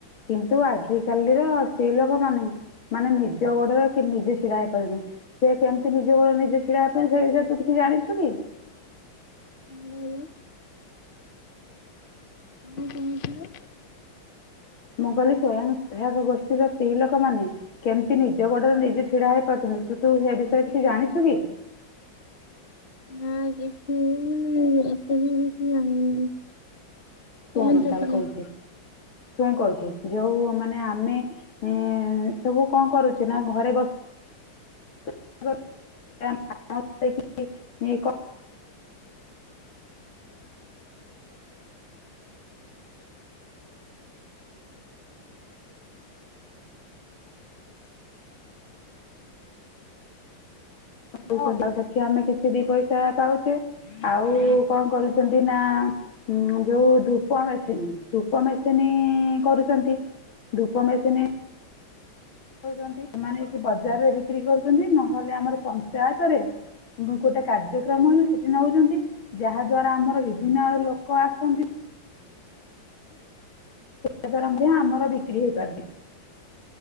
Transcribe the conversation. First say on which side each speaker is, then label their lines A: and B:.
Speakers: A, on the left; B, on the left.
A: କିନ୍ତୁ ଆଜିକାଲିର ସ୍ତ୍ରୀ ଲୋକମାନେ। ମାନେ ନିଜ ଗୋଡରେ କି ନିଜେ ଛିଡା ହେଇପାରୁନି। ସେ କେମିତି ନିଜ ବଳ ନିଜେ ଛିଡିବା ପାଇଁ ସେ ବିଷୟରେ ତୁ କିଛି ଜାଣିଛୁ କି?
B: କହିଲ ମୁଁ ତୁମେ କହ
A: ମୁଁ କହିଲି ସ୍ଵୟଂସହାୟକ ଗୋଷ୍ଠୀର ସ୍ତ୍ରୀ ଲୋକମାନେ। କେମିତି ନିଜ ଗୋଡରେ ନିଜେ ଛିଡା ହେଇ ପାରୁଛନ୍ତି ତୁ ତୁ ହେ ବିଷୟରେ କିଛି ଜାଣିଛୁ କି?
B: ନା କିଛି <unintelligible> ତତେ ବି କିଛି ଜାଣିନି କୁହନ୍ତୁ
A: ଶୁଣୁ ତାହେଲେ
B: ଟିକେ।
A: କହୁଛି ଶୁଣ କହୁଛି ଯୋଉ ମାନେ ଆମେ। ଏ ସବୁ କଣ କରୁଛି ନା ଘରେ ବସ୍ <inaudible> ହ
B: ହଁ।
A: ସେଠି ଆମେ କିଛି ଦି ପଇସା ପାଉଛେ। ଆଉ କଣ କରୁଛନ୍ତି ନା ଉଁ ଯୋଉ ଧୂପ ମେସିନ୍ ଧୂପ ମେସିନ୍ କରୁଛନ୍ତି। ଧୂପମେସୀନ୍ ସେମାନେ ବଜାରରେ ବିକ୍ରି କରୁଛନ୍ତି ନହେଲେ ଆମର ପଞ୍ଚାୟତ ରେ। ଗୋଟେ କାର୍ଯ୍ୟକ୍ରମ ହେଲେ ସେଠି ନଉଛନ୍ତି ଯାହା ଦ୍ଵାରା ଆମର ବିଭିନ୍ନ ଆଡୁ ଲୋକ ଆସନ୍ତି। <unintelligible> ମଧ୍ୟ ଆମର ବିକ୍ରି ହେଇପାରୁଛି।